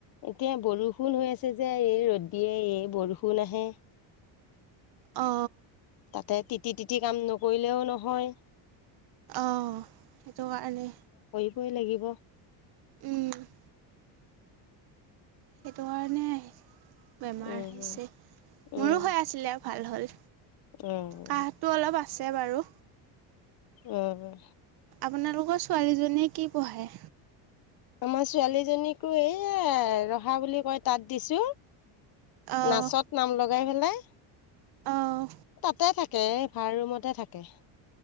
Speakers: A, on the left; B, on the right.
A: এতিয়া বৰষুণ হৈ আছে যে এই ৰ'দ দিয়ে এই বৰষুণ আহে।
B: অ
A: তাতে তিতি তিতি কাম নকৰিলেও নহয়।
B: অ সেইটো কাৰণে।
A: ই লাগিব।
B: উম সেইটো কাৰণে বেমাৰ
A: উম
B: আহিছে
A: উম
B: মোৰো হৈ আছিলে আও। ভাল হ'ল
A: উম
B: কাহটো অলপ আছে বাৰু।
A: উম
B: আপোনালোকৰ ছোৱালীজনীয়ে কি পঢ়ে?
A: আমাৰ ছোৱালীজনীকো এইয়া ৰখা বুলি কয় তাত দিছোঁ।
B: অঁ
A: নাচত নাম লগাই পেলাই
B: অঁ
A: তাতে থাক- কে ভাড়া ৰুমতে থাকে।